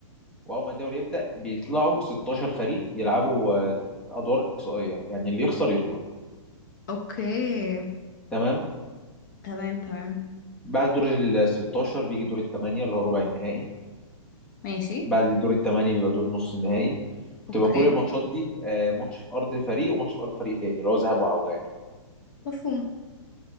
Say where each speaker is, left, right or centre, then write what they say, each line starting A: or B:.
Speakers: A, in the centre; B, on the left.
A: وأول ما الدوري يبدأ بيطلعوا 16 فريق يلعبوا آه، أدوار إقصائية يعني اللي يخسر يطلع
B: اوكي
A: تمام
B: تمام تمام
A: بعد دور ال 16 بيجي دور الثمانية اللي هو ربع النهائي
B: ماشي
A: بعد الدور الثمانية بيبقى دور نص النهائي بتبقى
B: اوكي
A: كل الماتشات دي آه، ماتش في ارض فريق وماتش في ارض فريق تاني اللي هو ذهاب وعودة يعني
B: مفهوم